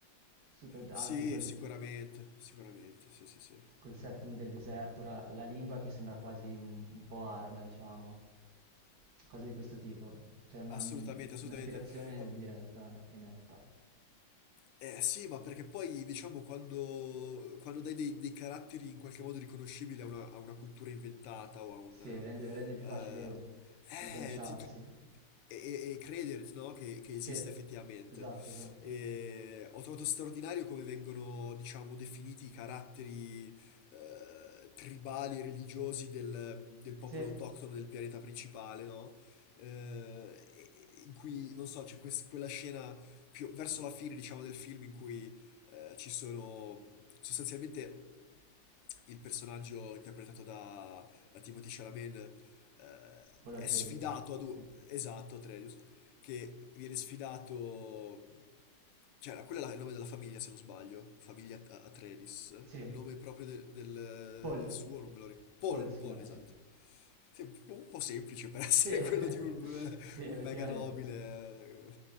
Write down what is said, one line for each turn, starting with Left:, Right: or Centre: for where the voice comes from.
Right: Super- anche
Left: Sì,
Right: col,
Left: sicuramente, sicuramente, sì, sì, sì.
Right: col setting del deserto, la, la lingua che sembra quasi un, un po' araba, diciamo, cose di questo tipo. C'è una-
Left: Assolutamente, assolutamente.
Right: un'ispirazione
Left: Ma
Right: diretta e netta.
Left: Eh sì, ma perché poi diciamo quando, quando dai dei, dei caratteri in qualche modo riconoscibili a una, a una cultura inventata o a un...
Right: Sì, rende rende più
Left: eh,
Right: facile agganciarsi.
Left: eh, ti- tu- e, e- e credere, no, che, che esista
Right: Sì,
Left: effettivamente.
Right: esatto, esatto.
Left: E ho trovato straordinario come vengono, diciamo, definiti i caratteri eh, tribali, religiosi del, del popolo
Right: Sì,
Left: autoctono del pianeta principale, no? Eh, e- e- in cui, non so, c'è quest- quella scena più verso la fine, diciamo, del film in cui eh, ci sono sostanzialmente il personaggio interpretato da, da Timothée Chalamet eh,
Right: Paul
Left: è
Right: Atreides,
Left: sfidato ad
Right: sì.
Left: un... esatto, Atreus, che viene sfidato cioè, la- quello è la- il nome della famiglia, se non sbaglio. Famiglia At- Atreides.
Right: Sì,
Left: Il nome proprio de- del
Right: Paul,
Left: eh, suo non me lo ricordo. Paul,
Right: Paul si
Left: Paul,
Right: chiama,
Left: esatto.
Right: sì.
Left: Sì, un po' semplice per <laughs> essere
Right: Sì,
Left: quello
Right: <laughs>
Left: di un,
Right: sì, effettivamente.
Left: un mega nobile.